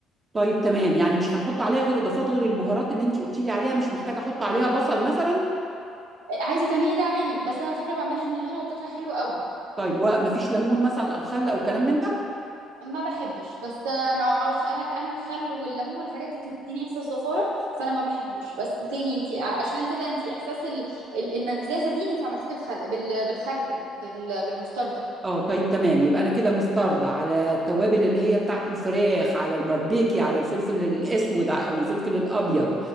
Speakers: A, on the right; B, on the right.
A: طيب تمام يعني مش هنحط عليها غير اضافات غير البهارات اللي انت قلتي لي عليها مش محتاجه احط عليها بصل مثلا
B: عايزة تعملي ده اعملي بس انا على فكرة بعملها من غيرها وبتطلع حلوة قوي
A: طيب ومفيش ليمون مثلا او خل او كلام من ده
B: ما بحبش بس انا ما اعرفش انا انا الخل والليمون والحاجات دي بتديني احساس زفاره فانا ما بحبوش بس تاني انت عشان كده انت احساس ال- ال- المزازه دي انت عملتيه بالخل بال- بالخردل بال- بالمستردة
A: اه طيب تمام يبقى انا كده مستعرضه على التوابل اللي هي بتاعت الفراخ على الباربيكي على الفلفل الاسود ع- او الفلفل الابيض